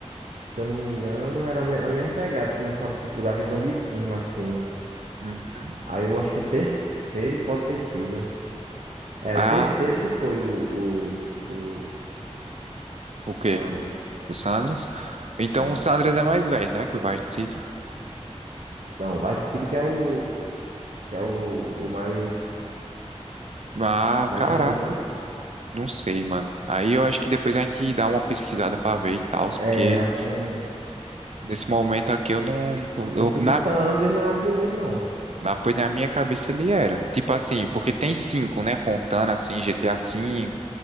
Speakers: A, on the right; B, on the right.
A: se eu não me engano, era me- na mesma pegada. Começava tipo da visão de cima, assim.
B: Uhum.
A: Aí eu acho que o terceiro que pode ter sido. É,
B: Ah,
A: o terceiro que foi o, o, o
B: O quê?
A: Sanders.
B: O Sanders? Então
A: Sim.
B: o Sanders é mais velho, né? Que o Vice City.
A: Não, Vice City que é o, que é o, o mais,
B: Ah,
A: mais
B: caraca,
A: antigo, não?
B: não sei, mano. Aí eu acho que depois a gente dá uma pesquisada pra ver e tal,
A: É,
B: porque
A: eu acho que não.
B: nesse momento aqui eu não. Eu,
A: Só sei
B: na,
A: que o San Andreas não é o primeiro, não.
B: na- pois na minha cabeça ele era. Tipo assim, porque tem cinco, né? Contando assim, GTA V.